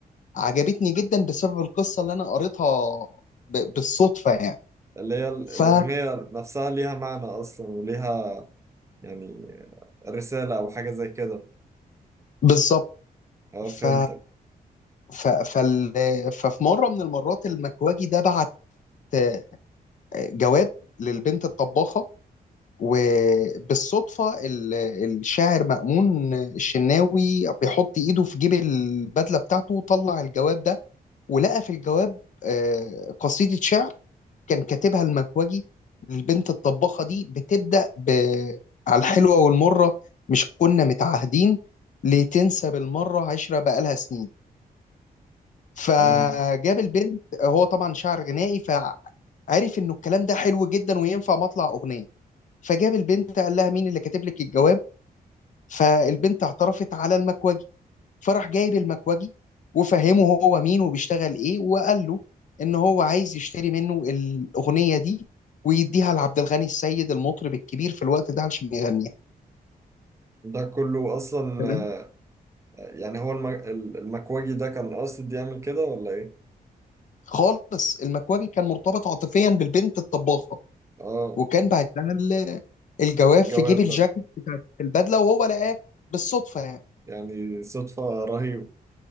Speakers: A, on the left; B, on the right.
A: عجبتني جدا بسبب القصه اللي انا قريتها ب- بالصدفه يعني
B: اللي هي ال-
A: ف
B: الاغنيه نفسها ليها معنى اصلا وليها يعني رساله او حاجه زي كده
A: بالظبط
B: اه
A: ف...
B: فهمتك
A: ف... فال... ففي مره من المرات المكواجي ده بعت آه، جواب للبنت الطباخه وبالصدفة ال- الشاعر مأمون الشناوي بيحط إيده في جيب البدلة بتاعته وطلع الجواب ده ولقى في الجواب آه، قصيدة شعر كان كاتبها المكوجي للبنت الطباخة دي بتبدأ ب... على الحلوة والمرة مش كنا متعاهدين لتنسى بالمرة عشرة بقالها سنين فجاب
B: مم.
A: البنت هو طبعا شاعر غنائي فع- عرف انه الكلام ده حلو جدا وينفع مطلع اغنيه فجاب البنت قال لها مين اللي كاتب لك الجواب فالبنت اعترفت على المكوجي فراح جايب المكوجي وفهمه هو مين وبيشتغل ايه وقال له ان هو عايز يشتري منه الاغنيه دي ويديها لعبد الغني السيد المطرب الكبير في الوقت ده علشان يغنيها
B: ده كله اصلا
A: تمام
B: آه، يعني هو الم- ال- المكواجي ده كان قاصد يعمل كده ولا ايه
A: خالص المكواجي كان مرتبط عاطفيا بالبنت الطباخه
B: اه
A: وكان بعت لها ال- الجواب
B: الجواب
A: في جيب الجاكيت
B: ده
A: بتاعت البدله وهو لقاه بالصدفه يعني
B: يعني صدفه رهيبه